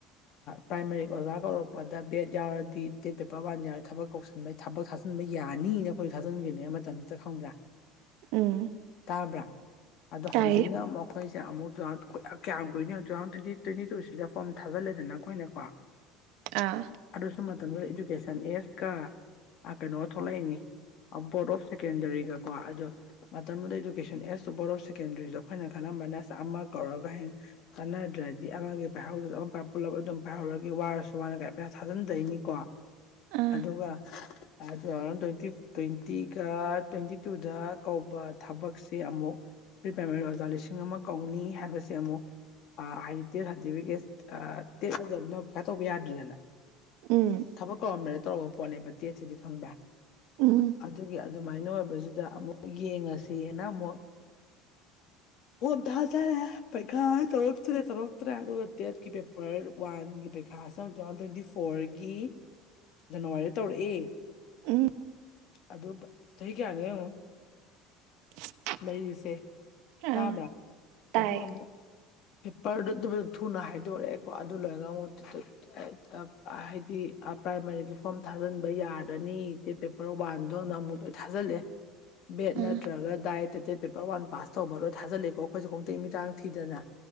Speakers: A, on the left; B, on the right.
A: ꯄ꯭ꯔꯥꯝꯃꯥꯔꯤ ꯑꯣꯖꯥ ꯀꯧꯔꯛꯄꯗ ꯕꯦꯠ ꯌꯥꯎꯔꯗꯤ ꯗꯦꯠ ꯄꯦꯄꯔ ꯋꯥꯟ ꯌꯥꯎꯔꯦ ꯊꯕꯛ ꯀꯧꯁꯤꯟꯕꯒꯤ ꯊꯕꯛ ꯊꯥ ꯊꯥꯖꯟꯕ ꯌꯥꯅꯤꯅ ꯑꯩꯈꯣꯏ ꯊꯥꯖꯟꯒ꯭ꯔꯤꯅꯦ ꯃꯇꯝꯁꯤꯗ ꯈꯪꯕ꯭ꯔꯥ
B: ꯎꯝ
A: ꯇꯥꯕ꯭ꯔꯥ ꯑꯗꯣ
B: ꯇꯥꯏꯌꯦ
A: ꯍꯧꯖꯤꯛꯅ ꯃꯈꯣꯏꯁꯦ ꯑꯃꯨꯛ ꯇꯨ <unintelligible> ꯀ꯭ꯌꯥꯝ ꯀꯨꯏꯅꯣꯌꯣ ꯇꯨ ꯊꯥꯎꯖꯟ ꯇ꯭ꯋꯦꯟꯇꯤ ꯇ꯭ꯋꯦꯟꯇꯤ ꯇꯨꯁꯤꯗ ꯐꯣꯔꯝ ꯊꯥꯖꯤꯜꯂꯦꯗꯅ ꯑꯈꯣꯏꯅꯀꯣ
B: ꯑꯥ
A: ꯑꯗꯨꯁꯨ ꯃꯇꯝꯗꯨꯗ ꯏꯗꯨꯀꯦꯁꯟ ꯑꯦꯖꯀ ꯑ ꯀꯩꯅꯣꯒ ꯊꯣꯛꯂꯛꯏꯅꯤ ꯑ ꯕꯣꯔꯗ ꯑꯣꯐ ꯁꯦꯀꯦꯟꯗꯔꯤꯒꯀꯣ ꯑꯗꯨ ꯃꯇꯝꯗꯨꯗ education as to board of ꯁꯦꯀꯦꯟꯗꯔꯤꯗ ꯑꯈꯣꯏꯅ ꯈꯟꯅ ꯃꯅꯁ ꯑꯃ ꯀꯧꯔꯒ ꯍꯌꯦꯡ ꯀꯥꯟꯅꯗ꯭ꯔꯗꯤ ꯑꯃꯒꯤ ꯄꯥꯢꯍꯧꯗ꯭ꯔꯖꯨ ꯑꯝ ꯄꯨꯔꯥꯛ ꯄꯨꯜꯂꯞ ꯑꯗꯨꯝ ꯄꯥꯏꯍꯧꯔꯒꯦ ꯋꯥꯔꯁꯨ ꯋꯥꯅ ꯒꯥꯢ ꯄꯩꯁꯥ ꯊꯥꯖꯤꯟꯗꯩꯅꯤꯀꯣ
B: ꯑꯥ
A: ꯑꯗꯨꯒ ꯑꯗꯨ ꯑ ꯇꯨ ꯊꯥꯎꯖꯟ ꯇ꯭ꯋꯦꯟꯇꯤ ꯇ꯭ꯋꯦꯟꯇꯤꯒ ꯇ꯭ꯋꯦꯟꯇꯤ ꯇꯨꯗ ꯀꯧꯕ ꯊꯕꯛꯁꯦ ꯑꯃꯨꯛ ꯄ꯭ꯔꯤ ꯄ꯭ꯔꯥꯏꯃꯔꯤ ꯑꯣꯖꯥ ꯂꯤꯁꯤꯡ ꯑꯃ ꯀꯧꯅꯤ ꯍꯥꯏꯕꯁ ꯁꯦ ꯑꯃꯨꯛ ꯑ ꯍꯥꯏꯗꯤ ꯇꯦꯠ ꯁꯥꯔꯇꯤꯐꯤꯀꯦꯠ ꯑ ꯇꯦꯠ ꯌꯥꯎꯗꯝꯅꯤꯅ ꯄꯩꯈꯥ ꯇꯧꯕ ꯌꯥꯗ꯭ꯔꯤꯗꯅꯥ
B: ꯎꯝ
A: ꯊꯕꯛ ꯀꯧꯔꯝꯗꯥꯢꯗ ꯇꯧꯔꯕ ꯄꯣꯠꯅꯦꯕ ꯇꯦꯠꯁꯤꯗꯤ ꯈꯪꯕ꯭ꯔꯥ
B: ꯎꯝ
A: ꯑꯗꯨꯒꯤ ꯑꯗꯨꯃꯥꯏꯅ ꯑꯣꯏꯕꯖꯤꯗ ꯑꯃꯨꯛ ꯌꯦꯡꯉꯁꯦꯅ ꯑꯃꯨꯛ ꯐꯣꯝ ꯊꯥꯖꯜꯂꯦ ꯄꯩꯈꯥ ꯇꯧꯔꯛꯇ꯭ꯔꯦ ꯇꯧꯔꯛꯇ꯭ꯔꯦ ꯑꯗꯨꯒ ꯇꯦꯠꯀꯤ ꯄꯦꯄꯔ ꯋꯥꯟꯒꯤ ꯄꯩꯈꯥ ꯁꯝ ꯇꯨꯊꯥꯎꯖꯟ ꯇ꯭ꯋꯦꯟꯇꯤꯐꯣꯔꯒꯤ ꯖꯅꯋꯥꯔꯤꯗ ꯇꯧꯔꯛꯑꯦ
B: ꯎꯝ
A: ꯑꯗꯨ ꯄ ꯆꯍꯤ ꯀꯌꯥꯅꯣ ꯌꯦꯡꯉꯨ
B: <inaudible>
A: ꯑꯩꯖꯦ
B: ꯑꯥ
A: ꯇꯥꯕ꯭ꯔꯥ
B: ꯇꯥꯏ
A: ꯑꯗꯨ ꯑꯃꯨꯛ ꯄꯦꯄꯔꯗ ꯑꯗꯨ ꯊꯨꯅ ꯍꯥꯏꯗꯣꯔꯛꯑꯦꯀꯣ ꯑꯗꯨ ꯂꯣꯏꯔꯒ ꯑꯃꯨꯛ ꯇꯨ ꯇꯨꯠ ꯇ ꯑ ꯍꯥꯏꯗꯤ ꯑ ꯄ꯭ꯔꯥꯏꯃꯔꯤꯒꯤ ꯐꯣꯔꯝ ꯊꯥꯖꯟꯕ ꯌꯥꯔꯅꯤ ꯗꯦ ꯄꯦꯄꯔ ꯋꯥꯟꯗꯣꯅ ꯑꯃꯨꯛ ꯂꯣꯏ ꯊꯥꯖꯜꯂꯦ ꯕꯦꯠ
B: ꯑꯥ
A: ꯅꯠꯇ꯭ꯔꯒ ꯗꯥꯏꯠ ꯇ ꯗꯦꯠ ꯄꯦꯄꯔ ꯋꯥꯟ ꯄꯥꯁ ꯇꯧꯕ ꯂꯣꯏ ꯊꯥꯖꯤꯜꯂꯦꯀꯣ ꯑꯈꯣꯏꯖꯦ ꯈꯣꯡꯇꯦꯛ ꯃꯤꯠꯇꯥꯡ ꯊꯤꯗꯅ